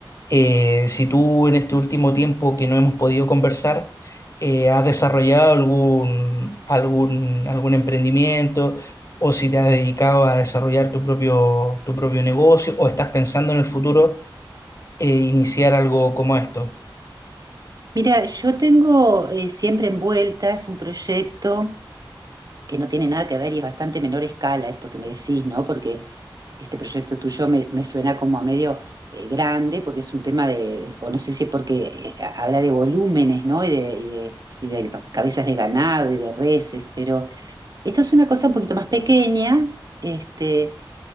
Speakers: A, on the left (about 35°); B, on the right (about 45°).
A: Eh, si tú en este último tiempo que no hemos podido conversar, eh, has desarrollado algún, algún, algún emprendimiento o si te has dedicado a desarrollar tu propio, tu propio negocio o estás pensando en el futuro eh, iniciar algo como esto.
B: Mira, yo tengo eh, siempre envuelta, es un proyecto que no tiene nada que ver y es bastante menor escala esto que me decís, ¿no? Porque este proyecto tuyo me, me suena como a medio eh, grande, porque es un tema de, de- o no sé si es porque eh, habla de volúmenes, ¿no? Y de, y de, y de cabezas de ganado y de reses, pero esto es una cosa un poquito más pequeña, este,